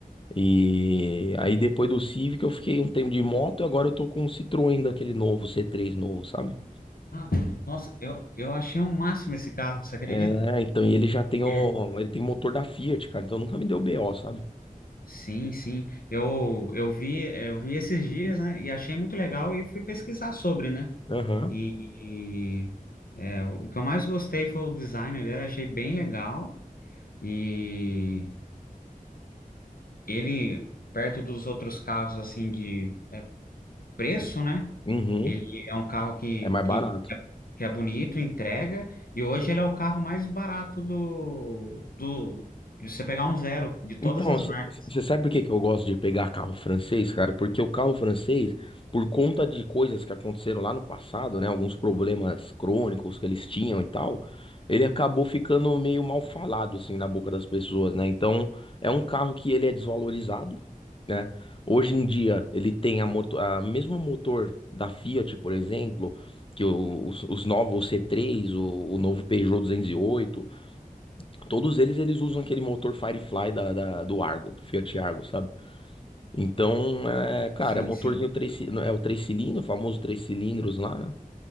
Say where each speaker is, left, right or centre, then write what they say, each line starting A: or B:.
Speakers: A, on the left; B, on the left.
A: E aí depois do Civic eu fiquei um tempo de moto e agora eu tô com um Citroën daquele novo, c três novo, sabe?
B: Ah, nossa, eu, eu achei um máximo esse carro, você acredita?
A: É, então, e ele já tem o,
B: É.
A: ele tem motor da Fiat, cara, então nunca me deu BO, sabe?
B: Sim, sim. Eu, eu vi, é, eu vi esses dias, né, e achei muito legal e fui pesquisar sobre, né?
A: Aham.
B: E, e, é, o que eu mais gostei foi o design dele, achei bem legal. E ele, perto dos outros carros, assim, de preço, né?
A: Uhum.
B: Ele é um carro que,
A: É mais barato.
B: que, que é bonito, entrega, e hoje ele é o carro mais barato do, do, de você pegar um zero, de todas
A: Então,
B: as marcas.
A: você sabe por que que eu gosto de pegar carro francês, cara? Porque o carro francês, por conta de coisas que aconteceram lá no passado, né? Alguns problemas crônicos que eles tinham e tal, ele acabou ficando meio mal falado, assim, na boca das pessoas, né? Então, é um carro que ele é desvalorizado, né? Hoje em dia, ele tem a moto, a mesmo motor da Fiat, por exemplo, que o- os, os novos, o C3, o, o novo Peugeot 208. Todos eles, eles usam aquele motor Firefly da, da- do Argo, do Fiat Argo, sabe? Então, é, cara,
B: Sim,
A: é motorzinho
B: sim.
A: três, ci- é o três cilindros, o famoso três cilindros lá, né?